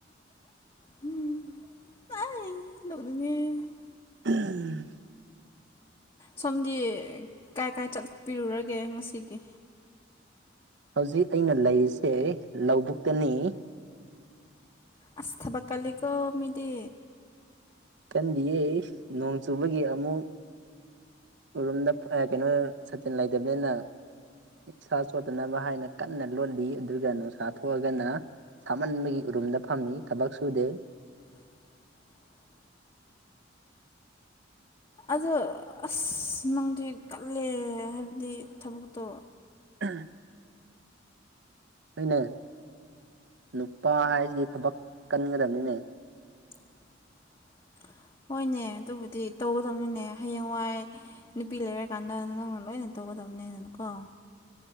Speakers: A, on the left (about 25°); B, on the right (about 60°).
A: ꯎꯝ ꯑ ꯂꯣꯛꯅꯤꯡꯉꯦ
B: ꯎꯝ
A: ꯁꯣꯝꯗꯤ ꯀꯥꯏ ꯀꯥꯏ ꯆꯠꯄꯤꯔꯨꯔꯒꯦ ꯉꯁꯤꯒꯤ
B: ꯍꯧꯖꯤꯛ ꯑꯩꯅ ꯂꯩꯔꯤꯁꯦ ꯂꯧꯕꯨꯛꯇꯅꯤ
A: ꯑꯁꯊꯕꯀꯂꯤꯀꯣ ꯃꯤꯗꯤ
B: ꯀꯟꯗꯤꯌꯦ ꯅꯣꯡ ꯆꯨꯕꯒꯤ ꯑꯃꯨꯛ ꯎꯨꯝꯗ ꯀꯩꯅꯣ ꯁꯇꯤꯟ ꯂꯩꯇꯕꯅꯤꯅ ꯏꯁꯥ ꯆꯣꯠꯇꯅꯕ ꯍꯥꯏꯅ ꯀꯟꯅ ꯂꯣꯂꯤ ꯑꯗꯨꯒ ꯅꯨꯡꯁꯥ ꯊꯣꯛꯑꯒꯅ ꯁꯥꯃꯟꯕꯒꯤ ꯎꯔꯨꯝꯗ ꯐꯝꯃꯤ ꯊꯕꯛ ꯁꯨꯗꯦ
A: <unintelligible> ꯑꯗꯣ ꯑꯁ ꯅꯪꯗꯤ ꯀꯜꯂꯦ ꯍꯥꯏꯕꯗꯤ ꯊꯕꯛꯇꯣ
B: ꯑꯥ ꯍꯅꯦ ꯅꯨꯄꯥ ꯍꯥꯏꯁꯤꯗꯤ ꯊꯕꯛ ꯀꯟꯒꯗꯕꯅꯤꯅꯦ
A: <unintelligible> ꯍꯣꯏꯅꯦ ꯑꯗꯨꯕꯨꯗꯤ ꯇꯧꯒꯗꯕꯅꯤꯅꯦ ꯍꯌꯦꯡꯋꯥꯏ ꯅꯨꯄꯤ ꯂꯩꯔꯀꯥꯟꯗ ꯅꯪꯅ ꯂꯣꯏꯅ ꯇꯧꯒꯗꯕ ꯇꯧꯅꯦ ꯁꯅꯀꯣ